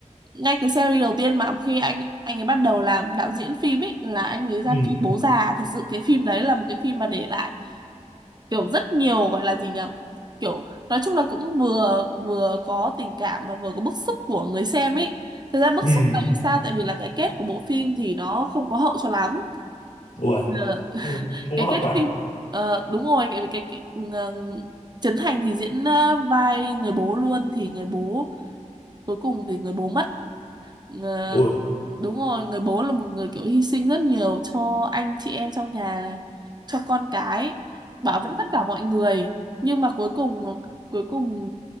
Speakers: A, on the right; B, on the left.
A: ngay cái series đầu tiên mà khi anh anh ấy bắt đầu làm đạo diễn phim ấy là anh ấy ra
B: Ừ.
A: phim Bố Già thật sự cái phim đấy là một cái phim mà để lại kiểu rất nhiều gọi là gì nhỉ kiểu nói chung là cũng vừa vừa có tình cảm mà vừa có bức xúc của người xem ấy thực ra bức
B: ừ
A: xúc là vì sao tại vì là cái kết của bộ phim thì nó không có hậu cho lắm
B: ui
A: Ờ, <laughs>
B: không không
A: cái
B: có hậu
A: kết
B: quả
A: phim ờ, đúng rồi cái cái, cái ừ, ờ, Trấn Thành thì diễn ờ, vai người bố luôn thì người bố cuối cùng thì người bố mất Ờ,
B: ui
A: đúng rồi người bố là một người kiểu hy sinh rất nhiều cho anh chị em trong nhà này, cho con cái bảo vệ tất cả mọi người nhưng mà cuối cùng cuối cùng